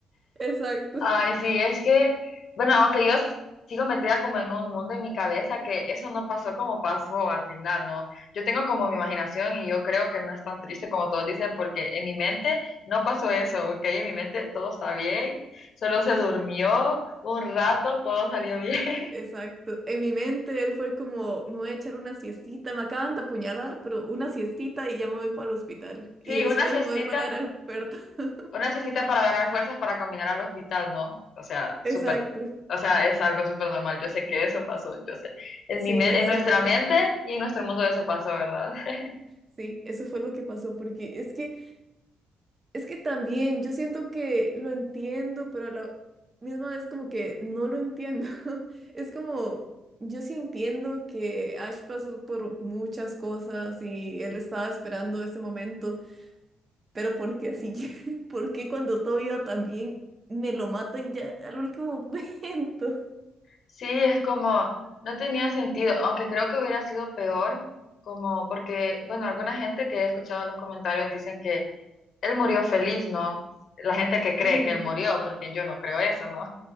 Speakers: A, on the right; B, on the left.
A: Exacto,
B: Ay, sí, es que, bueno, aunque yo s- sigo metida como en un mundo en mi cabeza, que eso no pasó como pasó al final, ¿no? Yo tengo como mi imaginación
A: Sí.
B: y yo creo que no es tan triste como todos dicen, porque en mi mente no pasó eso, ¿ok? En mi mente todo está bien, solo se durmió un rato, todo salió bien. <laughs>
A: exacto. En mi mente él fue como, me voy a echar una siestita, me acaban de apuñalar, pero una siestita y ya me voy para el hospital. Y
B: Sí,
A: después
B: una siestita.
A: me voy para el aeropuerto. <laughs>
B: Una siestita para ganar fuerzas para caminar al hospital, ¿no? O sea, súper,
A: Exacto.
B: o sea, es algo súper normal. Yo sé que eso pasó, yo sé. En
A: Sí,
B: mi men-
A: eso
B: en nuestra
A: es lo,
B: mente y en nuestro mundo eso pasó, ¿verdad? <laughs>
A: sí, eso fue lo que pasó, porque es que, es que también yo siento que lo entiendo, pero a la misma vez como que no lo entiendo. <laughs> Es como, yo sí entiendo que Ash pasó por muchas cosas y él estaba esperando ese momento, Pero porque así que, <laughs> ¿por qué cuando todo iba tan bien me lo matan ya al último <laughs> momento?
B: Sí, es como, no tenía sentido, aunque creo que hubiera sido peor, como porque, bueno, alguna gente que he escuchado los comentarios dicen que él murió feliz, ¿no? La gente que cree
A: Ujú,
B: que él murió, porque yo no creo eso, ¿no?